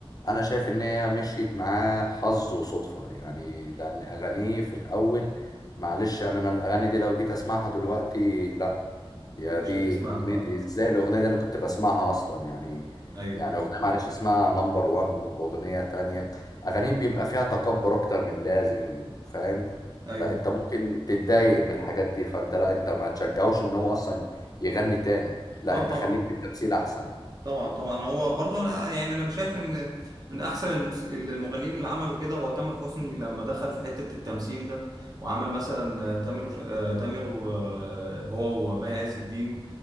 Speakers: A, on the left; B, on the right.
A: انا شايف ان هي مشيت معاه حظ وصدفة يعني لان اغانيه في الاول معلش يعني انا الاغاني دي لو جيت اسمعها دلوقتي لا يا
B: مش
A: دي
B: هتسمعها
A: اغنيتي
B: أه
A: ازاي الاغنيه دي انا كنت بسمعها اصلا يعني
B: أيوه
A: يعني اغنيه معلش اسمها نمبر وان واغنيه تانية اغانيهم بيبقى فيها تكبر اكتر من اللازم فاهم
B: أيوه
A: لا انت ممكن تتضايق من الحاجات دي فانت لا انت ما تشجعوش ان هو اصلا يغني تاني لا
B: أه
A: انت
B: طبعا
A: خليك في التمثيل احسن
B: طبعا طبعا هو برضه انا يعني انا شايف ان من احسن المس... المغنيين اللي عملوا كده هو تامر حسني لما دخل في حتة التمثيل ده وعمل مثلا آه، تامر وش... آه، تامر و... آه، هو ومي عز الدين